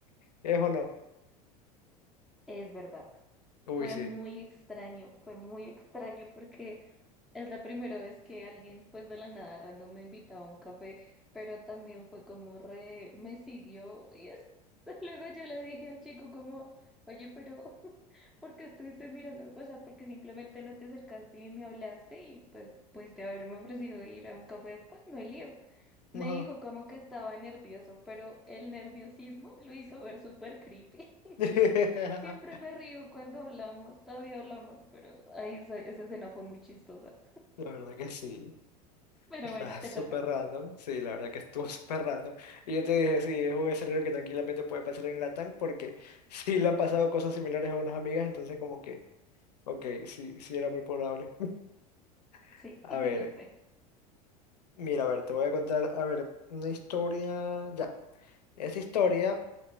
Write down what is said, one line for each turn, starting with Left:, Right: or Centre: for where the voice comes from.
Left: ¿es o no?
Centre: Es verdad,
Left: Uy,
Centre: fue
Left: sí.
Centre: muy extraño, fue muy extraño porque es la primera vez que alguien pues de la nada random me invitaba a un café, pero también fue como re, me siguió y es- <laughs> luego yo le dije al chico como, oye, pero <laughs> ¿por qué estuviste mirándome? Pues, O sea, porque simplemente no te acercaste y me hablaste y pues pudiste haberme ofrecido ir a un café después, no hay lío. Me
Left: Ajá.
Centre: dijo como que estaba nervioso, pero el nerviosismo lo hizo ver súper creepy.
Left: <laughs>
Centre: Siempre me río cuando hablamos, todavía hablamos, pero ahí esa, esa escena fue muy chistosa.
Left: La verdad que sí,
Centre: Pero
Left: está
Centre: bueno, te
Left: súper
Centre: toca.
Left: random, sí, la verdad que estuvo <laughs> súper random. Y yo te dije, sí, es un escenario que tranquilamente puede pasar en Latam porque sí le han pasado cosas similares a unas amigas, entonces como que, ok, sí, sí era muy probable. <laughs>
Centre: Sí,
Left: A
Centre: <laughs>
Left: ver,
Centre: lo sé.
Left: mira, a ver, te voy a contar, a ver, una historia, ya, esta historia...